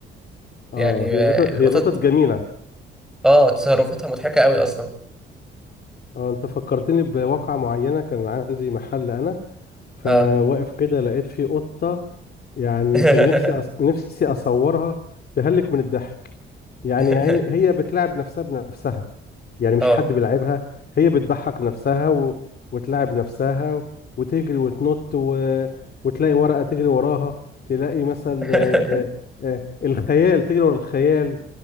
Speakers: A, on the left; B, in the centre.
A: اه
B: يعني
A: هي
B: آه،
A: القطط
B: القطط
A: هي القطط جميلة
B: اه تصرفاتها مضحكه قوي اصلا
A: اه انت فكرتني بواقعة معينة كان عندي محل انا فواقف
B: اه
A: كده لقيت فيه قطة يعني
B: <laughs>
A: كان نفسي أص... نفسي اصورها تهلك من الضحك يعني
B: <laughs>
A: يعني هي بتلعب نفسها بنفسها يعني مش
B: اه
A: حد بيلعبها هي بتضحك نفسها و... وتلعب نفسها و... وتجري وتنط و... وتلاقي ورقة تجري وراها تلاقي مثل
B: <laughs>
A: آه، آه، آه، الخيال تجري ورا الخيال